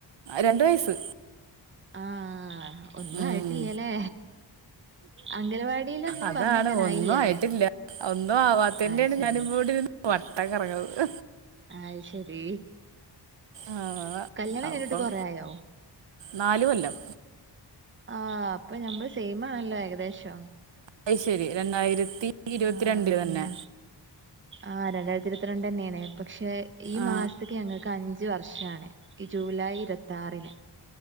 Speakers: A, on the right; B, on the right.
A: രണ്ട് വയസ്സ്.
B: ആഹ്. ഒന്നും
A: ഉം.
B: ആയിട്ടില്ലല്ലേ അംഗലവാടിലൊന്നും
A: അതാണ്
B: പറഞ്ഞേക്കാനായില്ലല്ലേ
A: ഒന്നും ആയിട്ടില്ല ഒന്നും ആവാത്തന്റെണ്
B: അത് ശരി
A: ഞാനിപ്പോവടിര്ന്ന് വട്ടം കറങ്ങണത്.
B: അഹ് ശെരി
A: ആ,
B: കല്യാണം കഴിഞ്ഞിട്ട്
A: അപ്പം
B: കൊറയായോ.
A: നാല് കൊല്ലം.
B: ആഹ് അപ്പൊ ഞമ്മൾ സെയിമാണല്ലോ ഏകദേശം.
A: അ ശരി രണ്ടായിരത്തി ഇരുപത്തിരണ്ട്
B: ആഹ്
A: തന്നെ
B: ഞ ആ രണ്ടായിരത്തി ഇരുപത്തിരണ്ട് തന്നെയാണ് പക്ഷേ ഈ
A: ആ
B: മാസത്തക്ക് ഞങ്ങൾക്ക് അഞ്ച് വർഷമാണ് ഈ ജൂലൈ ഇരുപത്തി ആറിന്